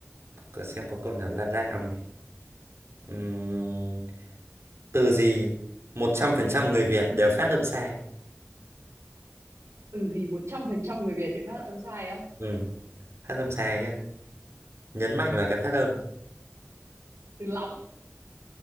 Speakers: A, on the right; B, on the right.
A: có- xem có câu nào lạ lạ không này. Ừm, từ gì 100% người Việt đều phát âm sai.
B: từ gì một trăm phần trăm người Việt để phát âm sai á
A: Ừ, phát âm sai nhá. Nhấn mạnh vào cái phát âm.
B: từ lóng